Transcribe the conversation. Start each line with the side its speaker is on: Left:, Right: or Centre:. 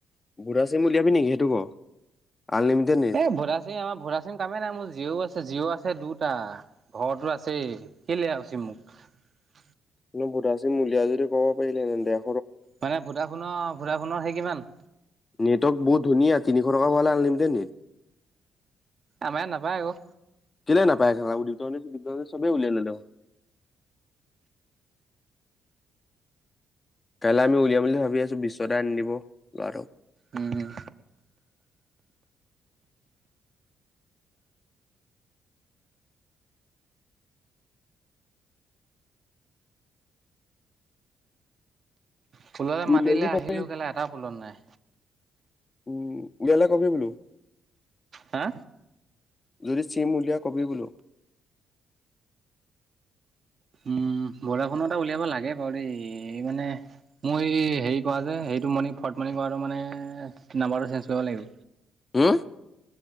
Left: ভঢ়া চিম উলিয়াবি নেকি সেইটো ক আনলিমিটেড নে
Right: এ ভোডা আমাৰ ভদাচিম চিম কামে নাই মোৰ জিঅও আছে জিঅও আছে দুটা ঘৰতো আছে কেলে আও চিম মোক <unintelligible>
Left: বুলো ভদাচিম উলিয়াও যদি ক'ব পাৰিলি তেন্তে
Right: মানে ভদাফোনৰ ভদাফোনৰ সেই কিমান
Left: নেটৱৰ্ক বহুত ধুনীয়া তিনিশ টকা ভালে আনলিমিটেড দিয়ে
Right: আমাৰ ইয়াত নাপায় আকৌ
Left: কেলে নপায় <unintelligible> সবে উলিয়াই ল'লে ক কাইলৈ আমি উলিয়াম বুলি ভাবি আছো বিশ্চদাই আনি দিব লৰাটোক
Right: উম পুললৈ
Left: উলিয়াই
Right: মাতিলে
Left: দি কবি।
Right: আহিলো কেলা এটা পুলত নাই
Left: উম, উলিয়ালে কবি বোলো
Right: হা
Left: যদি চিম উলিয়াওঁ কবি বোলো
Right: উম ভদাফোনৰ এটা উলিয়াব লাগে বাৰু দেই মানে মই হেৰি কৰা যে মনি ফলত মনি কৰোঁতে নাম্বাৰটো চেন্স কৰিব লাগিব
Left: হো